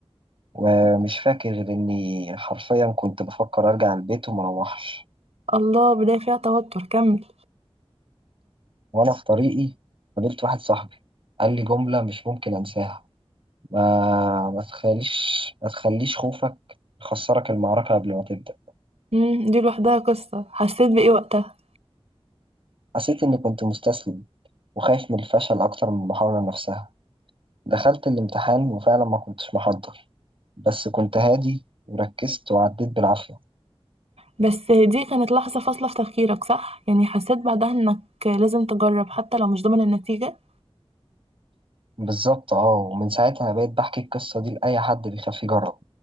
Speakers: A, on the right; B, on the right.
A: ومش فاكر غير إني حرفيا كنت بفكر أرجع البيت ومروحش
B: الله بداية فيها توتر كمل
A: وأنا في طريقي قابلت واحد صاحبي قال لي جملة مش ممكن أنساها ما ما تخليش ما تخليش خوفك يخسرك المعركة قبل ما تبدأ
B: مم، دي لوحدها قصة حسيت بإيه وقتها
A: حسيت إني كنت مستسلم وخايف من الفشل أكتر من المحاولة نفسها دخلت الامتحان وفعلا ما كنتش محضر بس كنت هادي وركزت وعديت بالعافية
B: بس دي كانت لحظة فاصلة في تفكيرك صح؟ يعني حسيت بعدها انك لازم تجرب حتى لو مش ضامن النتيجة
A: بالظبط اه ومن ساعتها بقيت بحكي القصة دي لأي حد بيخاف يجرب